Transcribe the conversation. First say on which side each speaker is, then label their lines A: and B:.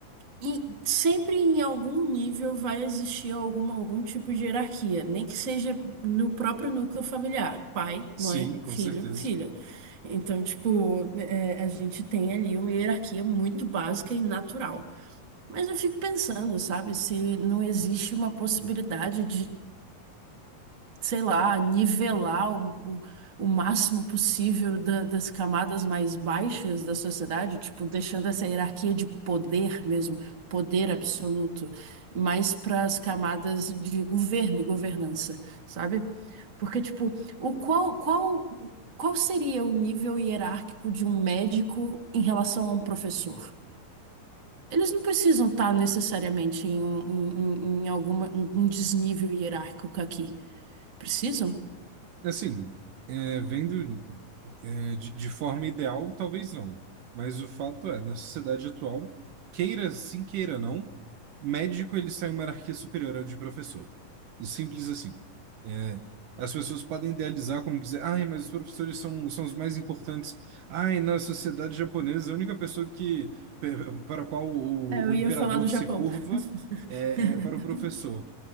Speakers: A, on the right; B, on the right.
A: e sempre em algum nível vai existir alguma, algum tipo de hierarquia, nem que seja no próprio núcleo familiar, pai, mãe,
B: Sim, com
A: filho,
B: certeza.
A: filha. Então, tipo, é, a gente tem ali uma hierarquia muito básica e natural. Mas eu fico pensando, sabe, se não existe uma possibilidade de, sei lá, nivelar o, o, o máximo possível da- das camadas mais baixas da sociedade, tipo, deixando essa hierarquia de poder mesmo, poder absoluto, mais para as camadas de governo e governança, sabe? Porque, tipo, o qual, qual, qual seria o nível hierárquico de um médico em relação a um professor? Eles não precisam estar necessariamente em, um, em, em- em alguma, um um desnível hierárquico aqui. Precisam?
B: Assim, é, vendo é, de, de forma ideal, talvez não. Mas o fato é, na sociedade atual, queira sim, queira não, médico ele sai uma hierarquia superior ao de professor. E Simples assim. É, as pessoas podem idealizar como quiser. Ai, mas os professores são, são os mais importantes. Ai, na sociedade japonesa, a única pessoa que, pe- para a qual o,
A: É, eu
B: o
A: ia
B: imperador
A: falar do Japão.
B: se curva
A: <laughs>
B: é, é para o professor.